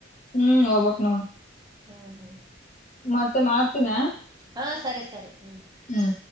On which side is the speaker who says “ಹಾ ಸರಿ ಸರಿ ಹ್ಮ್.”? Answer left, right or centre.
Right